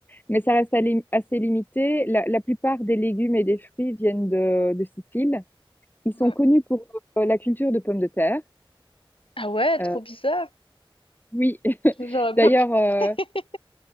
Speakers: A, on the left; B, on the left.
A: mais ça reste ali- assez limité. La, la plupart des légumes et des fruits viennent de, de Sicile. Ils
B: Ouais.
A: sont connus pour euh, la culture de pommes de terre.
B: Ah ouais, trop
A: Euh,
B: bizarre.
A: oui. <laughs>
B: J'aurais pas
A: D'ailleurs.
B: pensé.
A: euh,
B: <laughs>